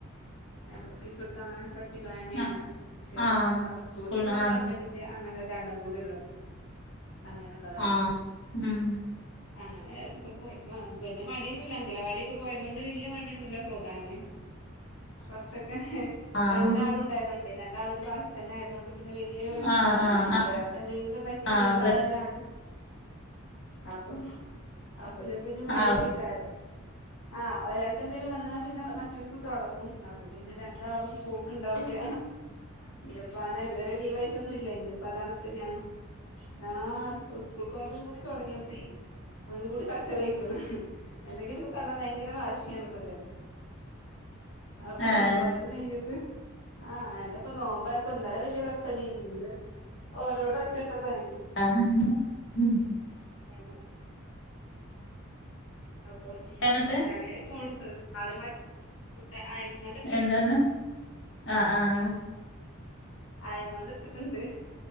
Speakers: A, on the left; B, on the left.
A: നമ്മള് ഫീസൊട്ത്തങ്ങനെ പഠി പ്പിക്കണെന്നെണ്
B: ആഹ്
A: പക്ഷെ
B: ആഹ്
A: അത് ആ സ്കൂൾ
B: സ്കൂൾന്ന്
A: പിന്നെ
B: ആഹ്
A: ഗവൺമെന്റിന്റെ അങ്ങനെ രണ്ടും കൂടിള്ളത അങ്ങനെള്ളതാണ്.
B: ആഹ് ഉം
A: അങ്ങനെ ഇപ്പൊ പ്പൊ പൊ വെല്ല്യെ മട്യൊന്നുല്ല അങ്കലവാട്യൊക്കെ പോയതോണ്ട് വെല്ല്യെ മട്യൊന്നുല്ല പോകാന്. കൊർച്ചൊക്കെ
B: ആഹ്
A: രണ്ടാളുണ്ടായതൊണ്ടെ രണ്ടാളൊരു ക്ലാസിന്നായതൊണ്ട് പ്പൊ പിന്നെ വെല്ല്യെ പ്രശ്നൊന്നുല്ല
B: ആഹ് ആഹ് ആഹ്
A: പിന്നൊരാൾക്കെന്തെങ്കിലും പറ്റി
B: ആഹ്
A: ലീവായാലാണ് അപ്പം അപ്പ ചെൽപ്പെങ്കി മട്യെക്കെക്കാരം
B: ആഹ് ആഹ്
A: ആഹ് ഒരാൾക്കെ ന്തെലും വന്നാ പിന്നെ മ റ്റാക്കും തൊടങ്ങും അപ്പൊ പിന്നെ രണ്ടാളും പോ മക്കള് ഉണ്ടാവൂല ഇനിപ്പ ഇതുവരെ ലീവ് ആയിട്ടൊന്നുംല്ല ഇനിപ്പ അതാണ് ഇപ്പ ഞാൻ ആഹ് സ്കൂൾ കോളേജും കൂടി തൊടങ്ങിയപ്പഴേ ഒന്നും കൂടി കച്ചറയ്ക്കണ് എന്തെങ്കിലും ഒക്കെ പറഞ്ഞാൽ ഭയങ്കര വാശിയാണ് ഇപ്പൊതന്നെ അപ്പൊ
B: ഏഹ്
A: ഓരോത് കഴിഞ്ഞിട്ട് ആ എന്നെ ഇപ്പ നോമ്പപോപ്പ ഇന്നലെ വലിയ കൊഴപ്പല്ല ഇനി ഒന്നോടെ ഒച്ച ഒണ്ടാക്കുവാ ഞാന്
B: <unintelligible>
A: <inaudible> അപ്പം
B: എങ്ങട്ട്
A: ഞാന് പോണ്ടത് നളെ മറ്റ ആയി കൊണ്ട് ക്ക്
B: എന്താർഞ്ഞെ ആഹ്
A: ണ് <unintelligible>
B: ആഹ്
A: ആയികൊണ്ട് നിക്കിണ്ട്